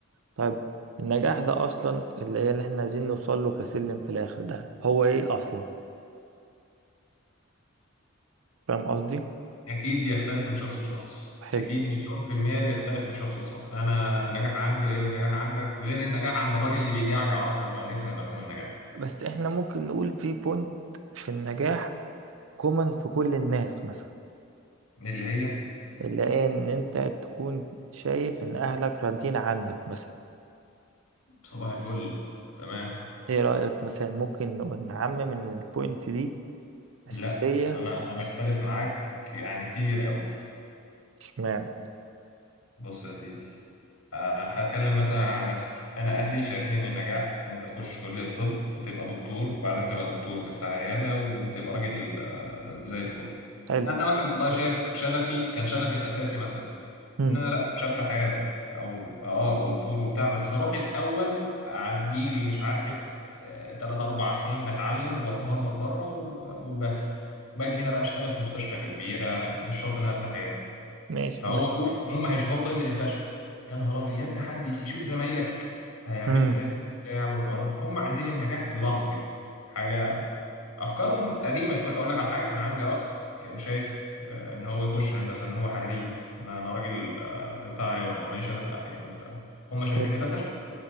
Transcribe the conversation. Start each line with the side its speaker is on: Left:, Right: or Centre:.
Right: طيب النجاح ده اصلا اللي هي اللي احنا عايزين نوصل له كسلم في الاخر ده هو ايه اصلا فاهم قصدي
Left: اكيد بيختلف من شخص لشخص
Right: حلو
Left: اكيد مليون في المية بيختلف من شخص لشخص انا النجاح عندي غير النجاح عندك غير النجاح عند الراجل اللي بيجعجع اصلا وعرفنا مفهوم النجاح
Right: بس احنا ممكن نقول في بوينت في النجاح كومن في كل الناس مثلا
Left: اللي هي
Right: اللي هي ان انت تكون شايف ان اهلك راضيين عنك مثلا
Left: صباح الفل تمام
Right: ايه رأيك مثلا ممكن نقول نعمم ان البوينت دي اساسية
Left: لا انا أنا بختلف معاك يعني كتير قوي
Right: اشمعنى
Left: بص يا سيدي آه، هتكلم مثلا عن نفسي انا اهلي شايفين ان النجاح ان انت تخش كلية طب وتبقى دكتور وبعد ما تبقى دكتور تفتح عيادة وتبقى راجل آه، زي الفل
Right: حلو
Left: انا واحد والله شايف شغفي كان شغفي الاساسي مثلا
Right: مم.
Left: ان انا لا مش هفتح عيادة او اه ابقى دكتور وبتاع بس اروح الاول اعدي لي مش عارف آه، تلات اربع سنين بتعلم وبتمرمط بره و- وبس باجي هنا بقى اشتغل في مستشفى كبيرة مش شرط ان انا افتح عيادة
Right: ماشي
Left: فهو
Right: بس
Left: شوف هم هيشوفوها قمه الفشل يا نهار ابيض يا ابني حد يس- يشوف زمايلك هيعملوا
Right: مم.
Left: كذا بتاع والحوارات دي هم عايزين النجاح اللحظي حاجه افكارهم قديمه شويه اقول لك على حاجه انا عندي اخ كان شايف آه، ان هو يخش هندسه ان هو حريف ان انا راجل آه، بتاع رياضه ماليش انا في الاحياء والبتاع ده. هم شايفين
Right: حلو
Left: ان ده فشل